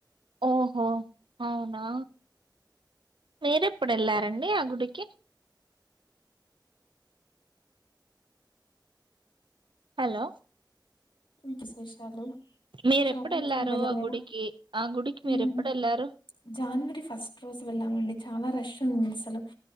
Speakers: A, on the right (about 80°); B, on the left (about 85°).
A: ఓహో అవునా మీరెప్పుడు వెళ్ళారండి ఆ గుడికి హలో
B: ఇంక విశేషాలు
A: మీరెప్పుడెళ్లారు
B: షాపింగ్ ఏం వెళ్ళలేదా
A: ఆ గుడికి ఆ గుడికి మీరెప్పుడెళ్ళారు
B: మేము జాన్వరి ఫస్ట్ రోజు వెళ్ళామండి చాలా రష్ ఉంది అసలు